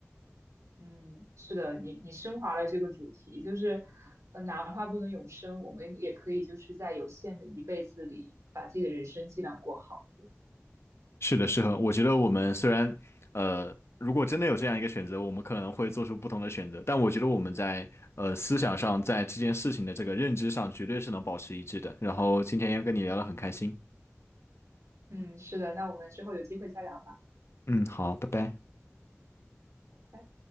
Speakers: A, on the right; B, on the left.
A: 嗯，是的，你你升华了这个主题，就是呃，哪怕不能永生，我们也可以就是在有限的一辈子里，把自己的人生尽量过好。
B: 是的，是的，我觉得我们虽然，呃，如果真的有这样一个选择，我们可能会做出不同的选择，但我觉得我们在呃思想上，在这件事情的这个认知上，绝对是能保持一致的。然后今天也跟你聊得很开心，
A: 嗯，是的，那我们之后有机会再聊吧，
B: 嗯，好，拜拜。
A: 拜拜。